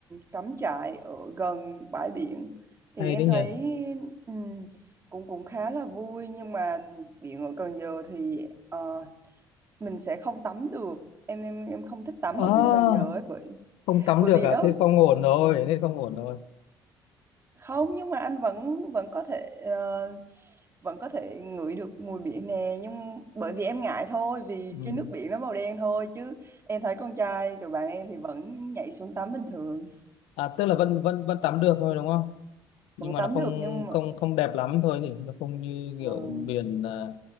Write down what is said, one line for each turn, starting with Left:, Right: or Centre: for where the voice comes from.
Right: cắm trại ở gần bãi biển thì
Left: hay
Right: em
Left: đấy
Right: thấy
Left: nhỉ.
Right: ừm, cũng cũng khá là vui nhưng mà biển ở Cần Giờ thì ờ, mình sẽ không tắm được em em em không thích tắm
Left: À,
Right: ở biển Cần Giờ ấy bởi
Left: không tắm
Right: bởi
Left: được
Right: vì
Left: à?
Right: nó
Left: Thế không ổn rồi, thế không ổn rồi.
Right: không nhưng mà anh vẫn vẫn có thể ờ, vẫn có thể ngửi được mùi biển nè nhưng bởi vì em ngại thôi vì
Left: Ừ.
Right: cái nước biển nó màu đen thôi chứ em thấy con trai tụi bạn em thì vẫn nhảy xuống tắm bình thường
Left: À, tức là vẫn vẫn vẫn tắm được thôi đúng không? Nhưng
Right: vẫn
Left: mà
Right: tắm
Left: nó không
Right: được nhưng mà
Left: không không đẹp lắm thôi nhỉ? Nó không như
Right: Vâng.
Left: kiểu biển à,